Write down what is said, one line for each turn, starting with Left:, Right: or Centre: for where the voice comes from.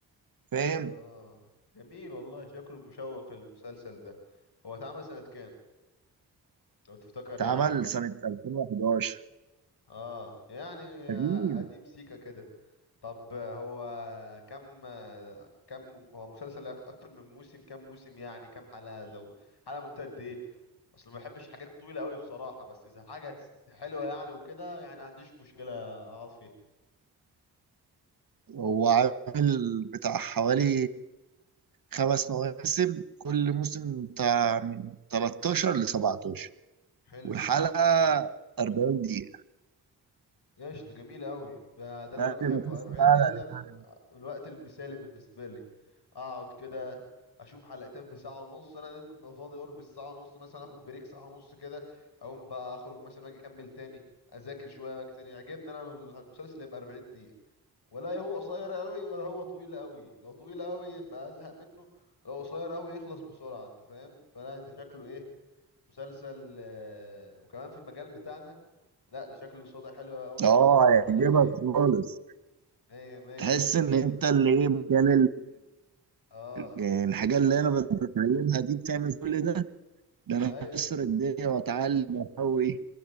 Right: فاهم
Left: اه آه. جميل والله شكله مشوق المسلسل ده هو اتعمل سنة كام لو تفتكر
Right: اتعمل
Left: يعني او
Right: سنة 2011
Left: اه يعني
Right: قديم
Left: قديم سيكا كده طب هو كم كم هو مسلسل أك- اكتر من موسم كم موسم يعني كم حلقة لو حلقة مدتها قد ايه اصل ما بحبش الحاجات الطويله قوي بصراحه بس اذا حاجه هتست- حلوه يعني وكده يعني ما عنديش مشكله اقعد فيها
Right: هو عامل بتاع حوالي خمس مواسم كل موسم
Left: مم.
Right: بتاع من 13 ل 17
Left: حلو
Right: والحلقة
Left: جميل
Right: 40 دقيقة
Left: قشطة جميل قوي ده ده اللي
Right: بس
Left: انا بحبه
Right: مفيش
Left: 40
Right: حلقة
Left: دقيقة ده
Right: بتاعت
Left: الوقت المثالي بالنسبة لي اقعد كده اشوف حلقتين في ساعة ونص انا دايما ببقى فاضي قرب الساعة ونص مثلا اخد بريك ساعة ونص كده اقوم بقى اخرج مثلا واجي اكمل تاني اذاكر شوية واجي تاني يعجبني انا المسلسل يبقى 40 دقيقة ولا هو قصير قوي ولا هو طويل قوي لو طويل قوي يبقى ازهق منه لو قصير قوي يخلص بسرعة انت فاهم فلا ده شكله ايه مسلسل آه، وكمان في المجال بتاعنا لا ده شكله صدى حلو قوي
Right: اه
Left: اتفرج
Right: هيعجبك
Left: عليه
Right: خالص
Left: مية مية
Right: تحس
Left: ده خيار
Right: ان انت اللي ايه مكان
Left: اه
Right: يعني الحاجة اللي أنا بت- بتعلمها دي بتعمل كل ده ده أنا
Left: ايوه
Right: هكسر الدنيا وأتعلم وأقوي